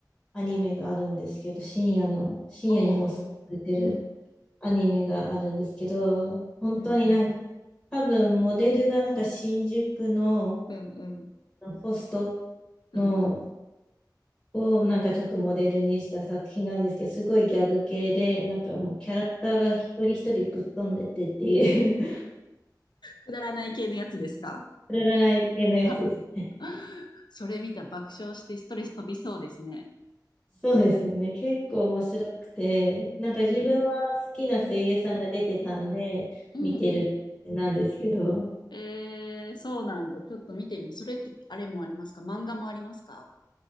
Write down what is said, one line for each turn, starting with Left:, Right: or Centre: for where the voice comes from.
Centre: アニメがあるんですけど、深夜の、深夜に放送されてる
Left: おう。うん、
Centre: アニメがあるんですけど、本当になんか、
Left: うん、うん、
Centre: 多分モデルがなんか新宿の
Left: うん、うん、
Centre: ホスト
Left: うん、
Centre: の
Left: うん。
Centre: をなんかちょっとモデルにした作品なんですけど、すごいギャグ系で、なんかもうキャラクターが一人一人ぶっ飛んでてっていう <laughs> く
Left: くだらない系のやつですか
Centre: だらない系のやつですね。
Left: は <laughs> それ見たら爆笑してストレス飛びそうですね。
Centre: <laughs> そうですね。結構面白くて、
Left: うん、
Centre: なんか自分は好きな声優さんが出てたんで、
Left: うん、うん、うんうん。
Centre: 見てるなんですけど、
Left: えー、そうなんだ。ちょっと見てみ。それってあれもありますか漫画もありますか